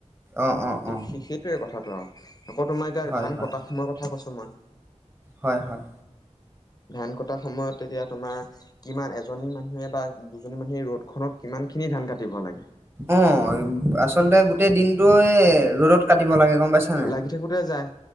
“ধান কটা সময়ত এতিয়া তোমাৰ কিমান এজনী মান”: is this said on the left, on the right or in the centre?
Left